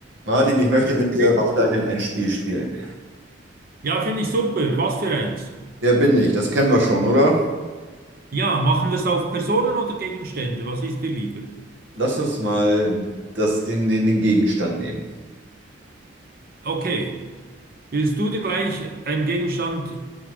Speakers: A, on the right (about 70°); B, on the right (about 50°).
A: Martin, ich möchte
B: Hey
A: mit
B: Chris.
A: dir weiterhin ein Spiel spielen.
B: Ja, finde ich super. Was für eins?
A: Wer bin ich? Das kennen wir schon, oder?
B: Ja, machen wir es auf Personen oder Gegenstände? Was ist dir lieber?
A: Lass uns mal das, den, den, den Gegenstand nehmen.
B: Okay. Willst du dir gleich einen Gegenstand